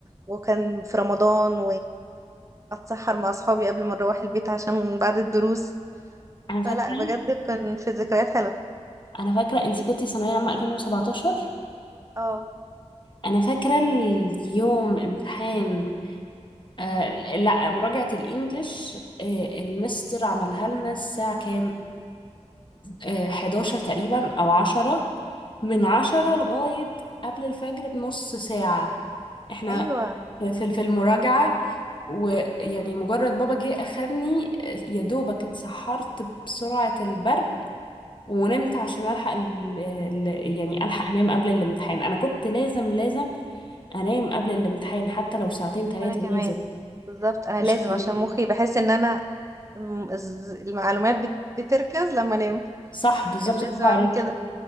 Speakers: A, on the right (about 25°); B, on the left (about 40°).
A: وكان في رمضان واتسحر مع اصحابي قبل ما نروح البيت عشان بعد الدروس
B: انا فاكرة
A: فلا بجد كان في ذكريات حلوه
B: انا فاكرة انت كنتي ثانوية عامة 2017
A: اه
B: انا فاكرة اليوم امتحان آه لا مراجعة الانجليش آه المستر عملها لنا الساعة كام آه 11 تقريبا او 10 من عشرة لغاية قبل الفجر بنص ساعة احنا
A: ايوه
B: في في في المراجعة ويعني مجرد بابا جه أخدني يا دوبك اتسحرت بسرعة البرق ونمت عشان ألحق ال ال يعني ألحق أنام قبل الامتحان أنا كنت لازم لازم أنام قبل الامتحان حتى لو ساعتين ثلاثة
A: وانا كمان
B: لازم
A: بالظبط انا
B: مش
A: لازم عشان مخي بحس ان انا الم- الز- المعلومات بت- بتركز لما انام
B: صح بالظبط
A: كان لازم
B: برافو عليك
A: اعمل كده